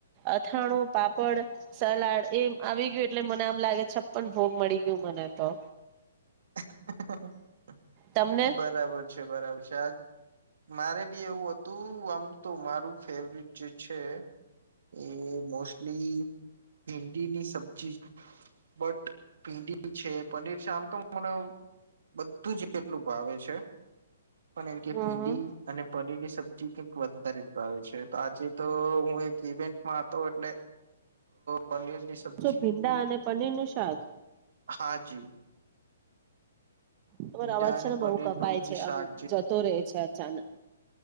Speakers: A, on the right; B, on the right.
A: અથાણું પાપડ સલાડ એમ આવી ગયું એટલે મને આમ લાગે છપ્પન ભોગ મળી ગયું મને તો.
B: <unintelligible>
A: તમને
B: બરાબર છે. છે બરાબર છે આ મારે બી એવું હતું આમ તો મારું ફેવરટ જે છે એ મોસ્ટલી ભિંડીની સબ્જી બટ ભિંડી છે પનીર છે આમ તો મને બધું જ એટલું ભાવે છે પણ એમ કે
A: હમ
B: ભીંડી
A: હમ.
B: અને પનીરની સબ્જી વધારે જ ભાવ છે તો આજે તો હું એક ઇવેન્ટમાં હતો એટલે પનીરની અ સબ્જી
A: શું ભીંડા અને પનીર નું શાક?
B: હા જી.
A: તમારો
B: ઈંડા
A: અવાજ
B: અને
A: છે ને
B: પનીરનું
A: બઉુ કપાય
B: જે
A: છે
B: શાક
A: આમ જતો રહે છે અચાનક.